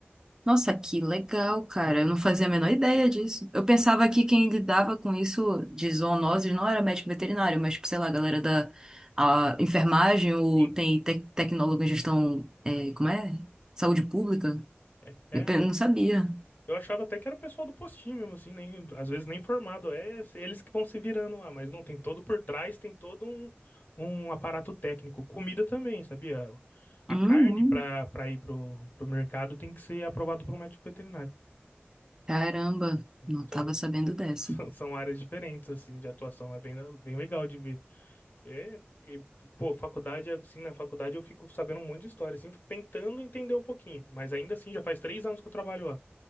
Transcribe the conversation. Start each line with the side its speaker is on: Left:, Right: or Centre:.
Right: Nossa, que legal, cara.
Left: Não,
Right: Eu não fazia a menor ideia disso. Eu pensava que quem lidava com isso de zoonoses não era médico veterinário, mas, tipo, sei lá, a galera da a enfermagem ou
Left: sim,
Right: tem tec tecnólogo em gestão, é, como é? Saúde pública.
Left: é, é
Right: Eu pe- não sabia.
Left: Eu achava até que era o pessoal do postinho mesmo, assim, nem, às vezes nem formado. É eles que vão se virando lá, mas não, tem todo por trás, tem todo um, um aparato técnico. Comida também, sabia? A
Right: Uhum.
Left: carne para para ir pro, pro mercado tem que ser aprovado por um médico veterinário.
Right: Caramba, não
Left: Então,
Right: tava sabendo
Left: <laughs>
Right: dessa.
Left: são são áreas diferentes, assim, de atuação. É bem, bem legal de ver. É, porque, pô, faculdade, assim, na faculdade eu fico sabendo um monte de história, assim, fico tentando entender um pouquinho. Mas ainda assim, já faz três anos que eu trabalho lá.